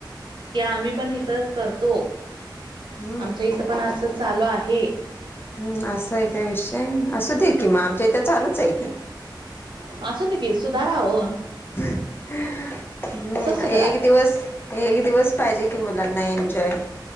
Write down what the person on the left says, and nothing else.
हम्म
हम् असा आहे काय विषय असु दे कि मग आमच्या इथ चालूच हाय की.
<inaudible> हम्म
एक दिवस एक दिवस पाहिजे कि मुलांना एन्जॉय.